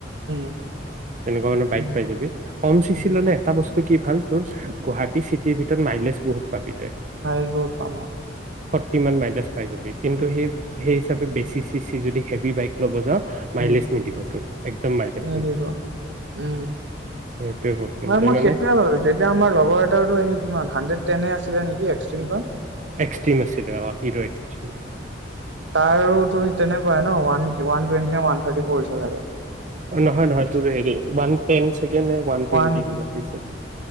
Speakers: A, on the right (about 85°); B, on the right (about 45°).
A: উম।
B: তেনেকুৱা মানে বাইক
A: উম,
B: পাই যাবি কম চিচি
A: উম,
B: ললে এটা বস্তু কি ভালটোৰ গুৱাহাটী চি টি ভিতৰত মাইলেজ বহুত পাবি তই
A: মাইলেজ বহুত পাম আৰু।
B: ফৰটী মান মাইলেজ
A: উম,
B: পাই জাবি কিন্তু
A: উম,
B: সেই হিচাপে বেছি চি চি যদি হেভি বাইক ল'ব যাওঁ মাইলেজ
A: উ
B: নিদিব তোৰ একদম মাইলেজ
A: নিদিব উম
B: সেইটোৱে প্ৰব্লেম
A: হয়
B: তই
A: মই
B: মানে
A: সেইটোয়ে ভাবিছো এতিয়া আমাৰ লগৰ এটাওটো আহি কিমান হাণ্ড্ৰেড টেনে আছিলে নেক এক্সট্ৰিংখন
B: এক্সট্ৰিম আছিলে অ হিৰো এক্সটিম
A: তাৰো তো তেনেকুৱাই ন one one twenty one thirty four পইচা লাগে
B: নহয় নহয় তোৰ হেৰি ওৱান টেন চাগে নে টুৱেণ্টি
A: ওৱান
B: কিবা দিছে